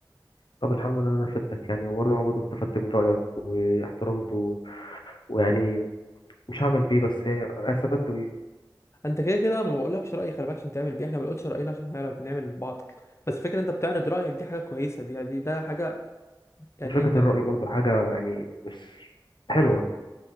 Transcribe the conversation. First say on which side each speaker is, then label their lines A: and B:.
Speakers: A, on the left; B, on the left.
A: طب الحمد لله إن أنا فدتك يعني وأنا برضه استفدت من رأيك واحترمته ويعني مش هعمل بيه بس يعني استفدت بيه
B: انت كده كده ما بقولكش رايي خلي بالك عشان تعمل بيه احنا ما بنقولش راينا عشان نعرف نعمل لبعض بس فكره انت بتعرض رايك دي حاجه كويسه دي دي ده حاجه يعني
A: مشاركة
B: انت
A: الرأي برضه حاجة يعني مش حلوة